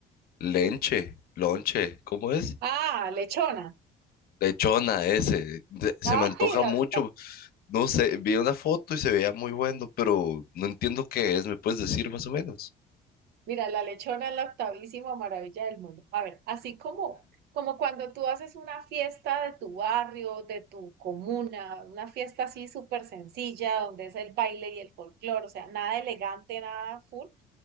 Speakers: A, on the left; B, on the right.
A: lenche, lonche, ¿cómo es?
B: Ah, lechona,
A: Lechona ese, de- se
B: ay,
A: me antoja
B: la,
A: mucho. No sé, vi una foto y se veía muy bueno, pero no entiendo qué es. ¿Me puedes decir más o menos?
B: Mira, la lechona es la octavísima maravilla del mundo. A ver, así como, como cuando tú haces una fiesta de tu barrio, de tu comuna, una fiesta así súper sencilla, donde es el baile y el folclore, o sea, nada elegante, nada full.